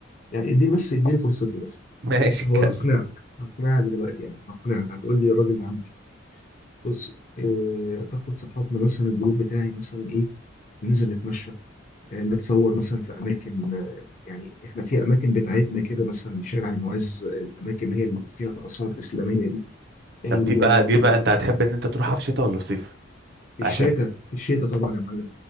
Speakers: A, on the left (about 40°); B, on the right (about 55°).
A: يعني اديني بس اديني فرصتي بس
B: <laughs> ماشي
A: هو
B: اتكلم
A: اقنعك هقنعك دلوقتي يعني هقنعك هتقول لي الراجل ده عنده بص آه باخد صحابنا مثلا الجروب بتاعي مثلا ايه ننزل نتمشى آه نتصور مثلا في اماكن آه يعني احنا في اماكن بتاعتنا كده مثلا شارع المعز الاماكن اللي هي اللي فيها اثار اسلاميه دي ال-
B: طب دي بقى
A: آه،
B: دي بقى انت هتحب ان انت تروحها في شتاء ولا في صيف
A: في الشتاء
B: عشان
A: في الشتاء طبعا يا معلم